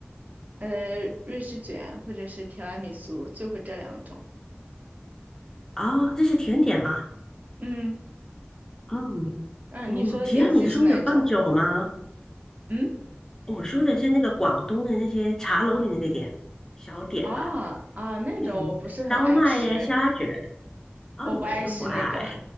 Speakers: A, on the right; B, on the left.
A: 呃，瑞士卷或者是提拉米苏，就会这两种。
B: 哦，这是甜点吗？
A: 嗯
B: 嗯嗯，
A: 嗯，你说的点心是哪一种？
B: 提拉米苏有放酒吗？
A: 嗯
B: 我说的是那个广东的那些茶楼里面的点小点吧，
A: 啊啊，那种我不是很爱吃，
B: 那种烧麦呀、虾卷。哦，
A: 我不爱吃那个。
B: 你本身不爱，